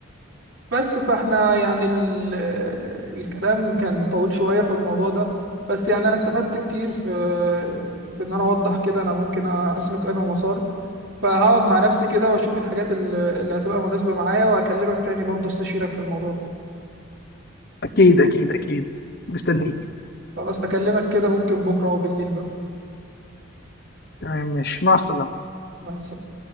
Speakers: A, on the right; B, on the left.
A: بس فاحنا يعني ال... الكلام كان طويل شوية في الموضوع ده بس يعني انا استفدت كتير في في ان انا اوضح كده انا ممكن اسلك انا مسار فهقعد مع نفسي كده واشوف الحاجات ال- اللي هتبقى مناسبة معايا واكلمك تاني برضه استشيرك في الموضوع ده
B: اكيد اكيد اكيد مستنيك
A: خلاص اكلمك كده ممكن بكرة او بالليل بقى
B: تمام، ماشي مع السلامه
A: مع السلامة